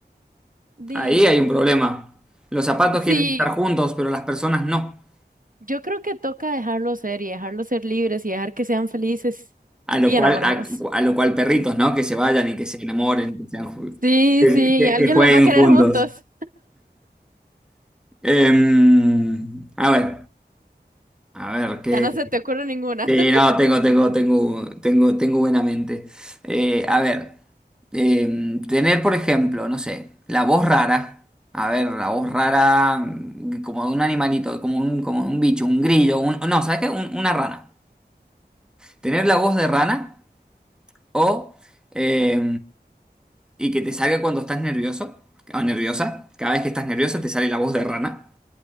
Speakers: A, on the right (about 50°); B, in the centre.
A: Di,
B: Ahí hay un problema. Los zapatos
A: Sí,
B: quieren estar juntos, pero las personas no.
A: yo creo que toca dejarlos ser y dejarlos ser libres y dejar que sean felices
B: A lo
A: y
B: cual,
A: enamorados.
B: a, a lo cual perritos, ¿no? Que se vayan y que se enamoren, que, sean ju-
A: Sí,
B: que-
A: sí,
B: que-
A: alguien
B: que jueguen
A: los va a querer
B: juntos.
A: juntos.
B: Em, a ver, a ver, que,
A: Ya no se te ocurre ninguna.
B: que
A: <laughs>
B: no, tengo, tengo, tengo, tengo, tengo buena mente. Eh, a ver, em, tener, por ejemplo, no sé, la voz rara. A ver, la voz rara, mm, como de un animalito, como un, como un bicho, un grillo, un, no, ¿sabes qué? Un- una rana. Tener la voz de rana O, eh, y que te salga cuando estás nervioso o nerviosa. Cada vez que estás nerviosa te sale la voz de rana.